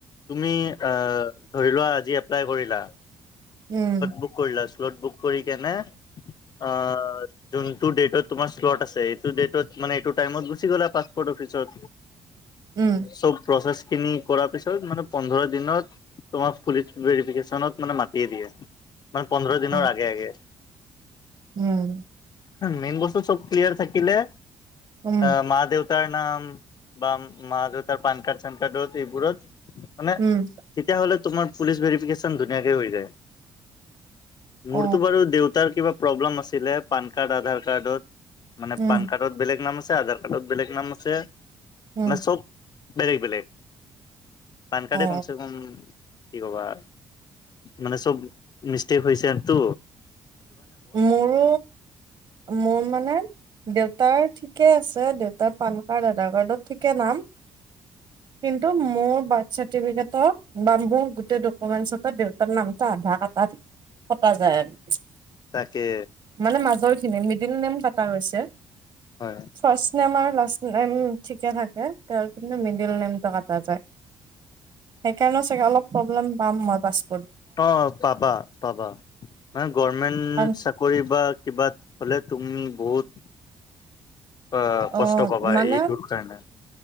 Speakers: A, on the left; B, on the right.
A: তুমি আহ, ধৰি লোৱা আজি এপ্লাই কৰিলা,
B: উম
A: বুক কৰিলা <unintelligible> বুক কৰি কেনে আহ যোনটো ডেটত তোমাৰ শ্লট আছে সেইটো ডেটত মানে এইটো টাইমত গুচি গলা পাৰ্শ্বপৰ্তত অফিচত,
B: উম
A: চব প্ৰচেছ খিনি কৰাৰ পিছ মানে পোন্ধৰ দিনত, তোমাক পুলিচ ভেৰিফিকেশ্যনত মানে মাটিয়ে দিয়ে। মানে পোন্ধৰ
B: অ
A: দিনৰ আগে আগে।
B: উম,
A: মেইন বস্তু চব ক্লিয়াৰ থাকিলে,
B: উম
A: অ মা দেউ তাৰ নাম, বা মা দেউতাৰ পান কাৰ্ড চান কাৰ্ডত এইবোৰত মানে,
B: উম
A: তেতিয়াহ'লে তোমাৰ পুলিচ ভেৰিফিকেশ্বন ধুনীয়াকে হৈ যায়।
B: অ
A: মোৰতো বাৰু দেউতাৰ কিবা প্ৰব্লেম আছিলে পান কাৰ্ড আধাৰ কাৰ্ডত। মানে
B: উম
A: পান কাৰ্ডত বেলেগ নাম আছে আধাৰ কাৰ্ডত বেলেগ নাম আছে,
B: উম
A: মানে চব বেলেগ বেলেগ, পান কাৰ্ডে
B: অ
A: কমছে কম, কি ক'বা। মানে চব, মিষ্টেক হৈছে আৰতো।
B: মোৰো, মোৰ মানে, দেউ তাৰ ঠিকে আছে দেউতাৰ পান কাৰ্ড আধাৰ কাৰ্ডত ঠিকে নাম। কিন্তু মোৰ বাৰ্থ চাৰটিপিকেটত বা মোৰ গোটেই ডকুমেনছত বাট দেউতাৰ নামটো আধাৰ কাটত, কটা যায় আৰু।
A: তাকে।
B: মানে মাজৰ খিনি মিডিল নেম কাটা হৈছে।
A: হয়,
B: ফাৰ্ষ্ট নেম আৰু লাষ্ট নেম ঠিকে থাকে, তেওঁৰ কিন্তু মিডিল নেমটো কাটা যায়। সেইকাৰণে চাগে অলপ প্ৰব্লেম পাম মই পাছত
A: অ', পাবা পাবা, মানে গৰৰ্মেণ্ট
B: কাৰণ
A: চাকৰি বা কিবা হলে তুমি বহুত, আ
B: অ
A: কষ্ট পাবা
B: মানে
A: এইটোৰ কাৰণে।